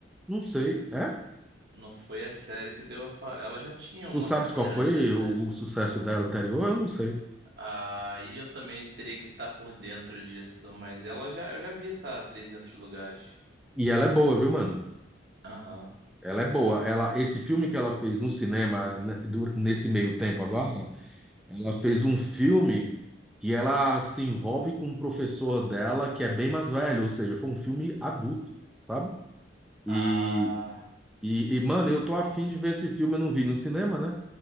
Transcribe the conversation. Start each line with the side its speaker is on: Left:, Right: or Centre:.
Centre: não sei, é?
Right: Não foi a série que deu a fa... Ela já tinha uma
Centre: Tu sabes
Right: carreira
Centre: qual foi
Right: antes da série.
Centre: o, o sucesso dela anterior? Eu não sei.
Right: Aí eu também teria que estar por dentro disso, mas ela já eu já vi essa atriz em outros lugares.
Centre: E ela é boa, viu, mano?
Right: Aham.
Centre: Ela é boa. Ela, esse filme que ela fez no cinema né, dur- nesse meio tempo agora, ela fez um filme que ela se envolve com um professor dela que é bem mais velho, ou seja, foi um filme adulto, sabe? E,
Right: Ah.
Centre: e, e, mano, eu tô afim de ver esse filme, eu não vi no cinema, né?